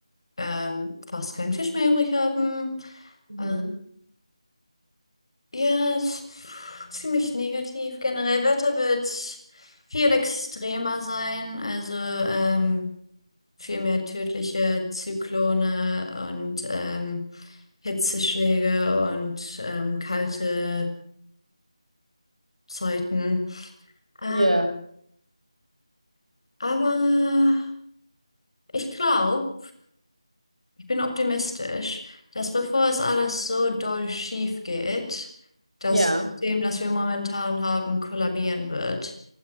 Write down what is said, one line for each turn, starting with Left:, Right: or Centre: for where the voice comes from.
Left: ähm, fast keinen Fisch mehr übrig haben.
Right: Mhm.
Left: Ähm, Ja, es- pff, ziemlich negativ. Generell Wetter wird viel extremer sein, also ähm, viel mehr tödliche Zyklone und ähm, Hitzeschläge und ähm, kalte Zeiten. Äh,
Right: Ja.
Left: aber ich glaube, ich bin optimistisch, dass bevor es alles so doll schief geht, das
Right: Ja.
Left: System, das wir momentan haben, kollabieren wird.